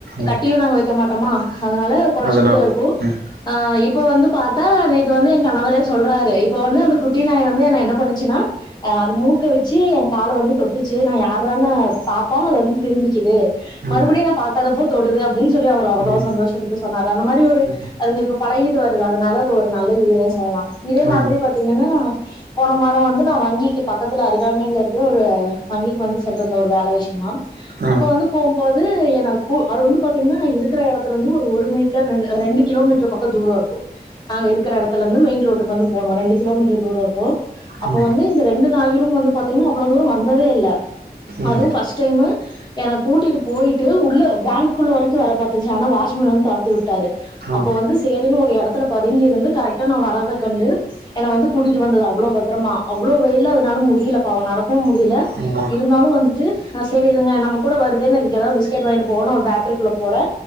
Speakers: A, on the right; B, on the left.
A: ம்
B: கட்டியு நாங்க வைக்க மாட்டோமா அதனால கொலச்சுக்கிட்டே
A: அதனால
B: இருக்கு
A: ம்
B: ஆ இப்ப வந்து பாத்தா நேத்து வந்து என் கணவரே சொல்றாரு இப்ப வந்து அந்த குட்டி நாய் வந்து என் என்ன பண்ணுச்சுன்னா அ அது மூக்க வச்சு என் கால வந்து தொட்டுச்சு நா யாரானு பாத்தா அது வந்து திரும்பிக்குது மறுபடியு
A: ம்
B: நா பாக்காதப்போ தொடுது அப்டின்னு சொல்லி அவர் அவ்ளோ
A: ம்
B: சந்தோஷப்பட்டு சொன்னாரு அந்த மாரி ஒரு
A: ம்
B: அதுங்க இப்ப பழகிட்டு வருது அதனால அது ஒரு நல்ல இதுன்னே சொல்லலா இதே
A: ஆமா
B: மாதிரி பாத்தீங்கன்னா போன வாரம் வந்து நா வங்கிக்கு பக்கத்துல அருகாமையில இருக்கற ஒரு வங்கிக்கு வந்து சென்றிருந்த வேல விஷயமா
A: ம்
B: அப்ப வந்து போம்போது என்ன கூ அது வந்து பாத்தீங்கன்னா நா இருக்கிற எடத்துலருந்து ஒரு மீட்டர் ரெண்டு கிலோமீட்டர் பக்கத்து ஊரா இருக்கு நாங்க இருக்கிற எடத்துல இருந்து மெயின் ரோட்டுக்கு வந்து போனு ரெண்டு கிலோமீட்டர் தூரோ இருக்கு அப்ப
A: ம்
B: வந்து இந்த ரெண்டு நாய்களும் வந்து பாத்தீங்கன்னா அவ்ளோ தூரோ வந்ததே இல்ல
A: ம்
B: அதுவு ஃபர்ஸ்ட் டைமு என கூட்டிட்டு போயிட்டு உள்ள பேங்குக்குள்ள வரைக்கு வர பாத்துச்சு ஆனா வாட்ச்மேன் வந்து தொரத்தி விட்டாரு
A: ஆ
B: அப்ப வந்து சேரின்னு ஒரு எடத்துல பதுங்கி இருந்து கரெக்ட்டா நா வர்றத கண்டு என்ன வந்து கூட்டிட்டு வந்தது அவ்ளோ பத்திரமா அவ்ளோ வெயில்ல அதனால முடியல பாவோ நடக்கவு முடியல
A: ஆமா
B: இருந்தாலு வந்துட்டு அ செரி இதுங்க நம்ம கூட வருதேன்னு இதுக்கு ஏதாவது பிஸ்கெட் வாங்கிட்டு போவோணு ஒரு பேக்கரிக்குள்ள போறே